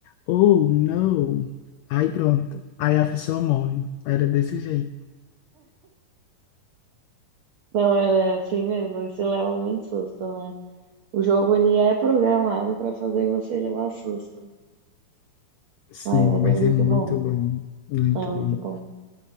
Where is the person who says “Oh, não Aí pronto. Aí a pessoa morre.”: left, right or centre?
Left